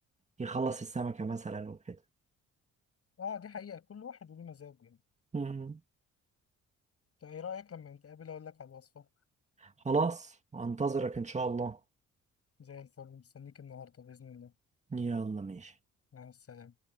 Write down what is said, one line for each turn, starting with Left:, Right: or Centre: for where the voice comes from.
Right: يخلص السمكة مثلا وكده
Left: اه دي حقيقة كل واحد وليه مزاجه يعني
Right: مم.
Left: طب ايه رأيك لما نتقابل اقول لك على الوصفة
Right: خلاص انتظرك ان شاء الله
Left: زي الفل مستنيك النهاردة بإذن الله
Right: يلا ماشي
Left: مع السلامة